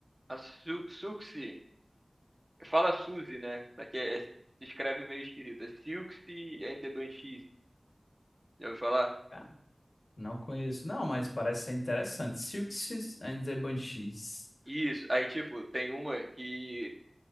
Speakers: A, on the right; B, on the left.
A: a Su Suxi. Fala Suzy, né? Só que é, é, se escreve meio esquisito. É Silxi and the Banshees. Já ouviu falar?
B: Cara, não conheço, não, mas parece ser interessante. Silks and the Banshees.
A: Isso, aí tipo, tem uma que